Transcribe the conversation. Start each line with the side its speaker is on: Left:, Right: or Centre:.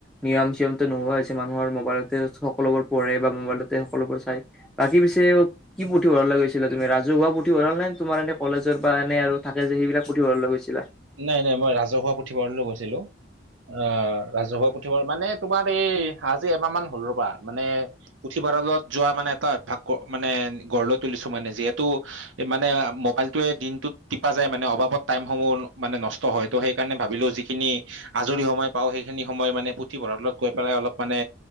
Centre: নিয়ম চিয়মত নোহোৱা হৈছে মানুহৰ মোবাইলতে সকলোবোৰ পঢ়ে বা মোবাইলতে সকলোবোৰ চাই বাকী পিছে কি পুথিভৰালে গৈ তুমি ৰাজহুৱা পুথিভৰাল নে, তোমাৰ এনে কলেজ বা এনে আৰু থাকে যে সেইবিলাক পঢ়িবই গৈছিলা।
Right: নাই - নাই মই ৰাজহুৱা পুথিভঁৰাললৈ গৈছিলো। আহ ৰাজহুৱা পুথি মানে তোমাৰ এই আজি এমাহ মান হ'ল ৰ'বা মানে পুথিভঁৰালত যোৱা মানে এটা অভ্যাস মানে গঢ় লৈ তুলিছো মানে যিহেতু মানে মোবাইল য়ে দিনটোত টিপা যায় মানে অভাৱত টাইমসমূহ মানে নষ্ট হয় ত' সেইকাৰণে ভাবিলো যিখিনি আজৰি সময় পাওঁ সেইখিনি সময় মানে পুথিভঁৰাললত গৈ পেলাই অলপ মানে।